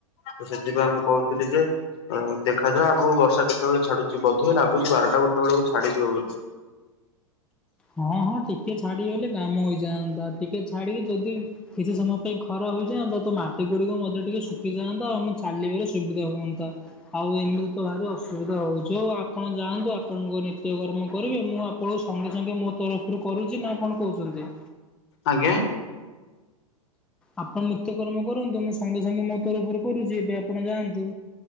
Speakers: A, on the left (about 45°); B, in the centre.
A: ତ ସେଥିପାଇଁ ଆ ମୁଁ କହୁଥିଲି ଯେ ଦେଖାଯାଉ ଆଗରୁ ବର୍ଷା କେତେବେଳେ ଛାଡୁଛି, ବୋଧେ ଲାଗୁଛି ବାରଟା ଗୋଟେ ବେଳକୁ ଛାଡିଯିବ ବୋଲି।
B: ହଁ ହଁ ଟିକେ ଛାଡିଗଲେ କାମ ହେଇଯାଆନ୍ତା ଟିକେ ଛାଡ଼ିକି ଯଦି କିଛି ସମୟ ପାଇଁ ଖରା ହୋଇଯାଆନ୍ତା ତ ମାଟି ଗୁଡିକ ମଧ୍ୟ ଟିକେ ଶୁଖିଯାଆନ୍ତା ଆଉ ମୁଁ ଚାଲିବାରୁ ସୁବିଧା ହୁଅନ୍ତା। ଆଉ ଏମିତି ତ ଭାରି ଅସୁବିଧା ହଉଛି, ଆଉ ଆପଣ ଯାଆନ୍ତୁ ଆପଣଙ୍କ ନିତ୍ୟକର୍ମ କରିବେ ମୁଁ ଆପଣଙ୍କୁ ସଙ୍ଗେ ସାଙ୍ଗେ ମୋ ତରଫରୁ କରୁଛି ନା କଣ କହୁଛନ୍ତି?
A: ଆଜ୍ଞା।
B: ଆପଣ ନିତ୍ୟକର୍ମ କରନ୍ତୁ ମୁଁ ସଙ୍ଗେ ସଙ୍ଗେ ମୋ ତରଫରୁ କରୁଛି ଏବେ ଆପଣ ଯାଆନ୍ତୁ।